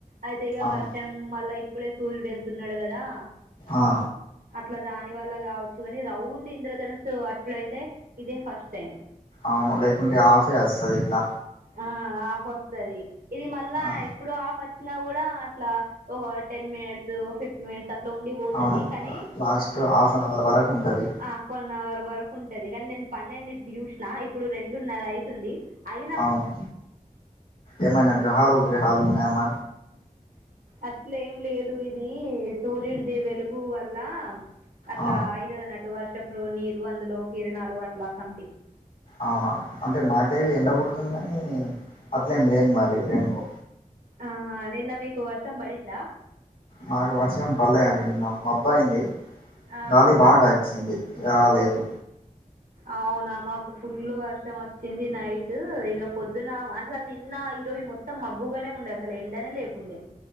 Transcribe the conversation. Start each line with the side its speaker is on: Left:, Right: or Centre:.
Right: అయితే ఇక
Left: అవును
Right: వర్షం మళ్ళా ఇప్పుడే సూర్యుడు ఎళ్తున్నాడు కదా
Left: ఆ
Right: అట్లా దాని వల్ల గావచ్చు అని రౌండ్ ఇంద్రధనుస్సు అచ్చుడు అయితే ఇదే ఫస్ట్ టైం
Left: అవును లేకుంటే ఆఫే అస్తది ఇట్లా
Right: ఆ ఆఫ్ వస్తది ఇది మళ్ళా
Left: ఆ
Right: ఇప్పుడు ఆఫ్ అచ్చినా కూడా అట్లా ఒక టెన్ మినిట్స్ ఫిఫ్టీ మినిట్స్ అట్ల ఉండి పోతది
Left: అవును
Right: కానీ
Left: లాస్ట్ హాఫ్ అన్ అవర్ వరకు ఉంటది
Right: ఆ వన్ అవర్ వరకు ఉంటది కానీ నేను పన్నెండింటికి చూసిన ఇప్పుడు రెండున్నర అయితుంది ఐ
Left: అవును ఏమైనా గ్రహాలు విగ్రహాలు ఉన్నాయా మ
Right: అట్లేమీ లేదు ఇది సూర్యుడిది వెలుగు వల్ల అట్లా
Left: ఆ
Right: అవుతుందనట్టు వర్షపు నీరు అందులో కిరణాలు అట్లా సంథింగ్
Left: అవునా అంటే మాకేయ్ ఎండ కొడుతుంది స్తుంది కాని అట్లేమి లేని మరి రెన్బో
Right: అహ్ నిన్న మీకు వర్షం బడిందా
Left: నాకు వర్షంపడలేదు అండి నిన్న మబ్బ అయింది
Right: ఆ
Left: గాలి బాగా అచ్చింది య లేదు
Right: అవునా మాకు ఫుల్ వర్షం వచ్చింది నైట్ ఇద పొద్దున అసలు నిన్న ఈరోజు మొత్తం మబ్బుగానే ఉండే అసలు ఎండనే లేకుండే